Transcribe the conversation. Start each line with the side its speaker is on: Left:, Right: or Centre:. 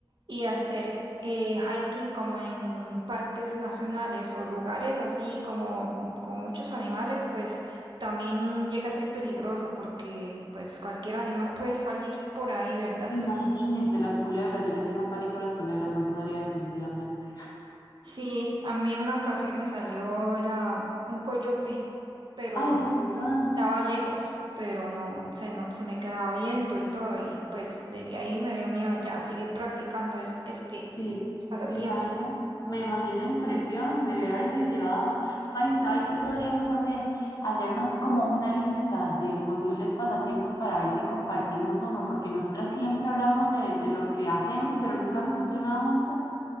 Right: y hacer eh, hiking como en parques nacionales o lugares así como mm, con muchos animales, pues también llega a ser peligroso porque pues cualquier animal puede salir por ahí, ¿verdad?
Left: Imagínense las culebras. Yo le tengo pánico a las culebras, no podría definitivamente.
Right: Sí, a mí en una ocasión me salió, era un coyote, pero
Left: Ay, de verdad.
Right: estaba lejos, pero no se, no, se me quedaba oyendo y todo, y pues desde ahí me dio miedo ya seguir practicando es, este,
Left: Sí,
Right: pasatiempo.
Left: claro. Me imagino impresión, debe haberse llevado. Fine, ¿sabe qué podríamos hacer? Hacernos como una lista de posibles pasatiempos para ver si compartimos uno, porque nosotras siempre hablamos de, de lo que hacemos, pero nunca hemos hecho nada juntas.